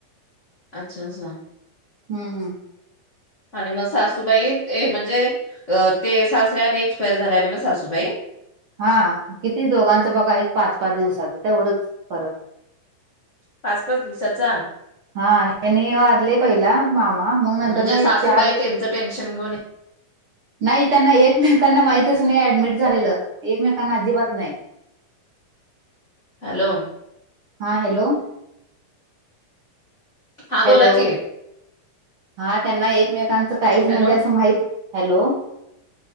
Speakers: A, on the left; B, on the right.
A: अच्छा अच्छा
B: हम्म हम्म.
A: आणि मग सासूबाई ते म्हणजे ते सासऱ्या आधी एक्सपायर झाल्या म्हणं सासूबाई?
B: हा किती दोघांचं बघा एक पाच सहा दिवसाचं तेवढंच फरक.
A: पाचच दिवसाच्या
B: हा यांनी वारले पहिला मामा मग
A: म्हणजे
B: नंतर ना
A: सासूबाई
B: एक चार
A: त्यांचं टेन्शन घेऊन
B: नाही त्यांना एकमेकांना माहितच नाही ॲडमिट झालेलं एकमेकांना अजिबात नाही
A: हॅलो
B: हा हॅलो
A: हा बोला
B: हॅलो
A: कि
B: हा त्यांना एकमेकांचं काहीच म्हणजे
A: हॅलो,
B: असं माहित हॅलो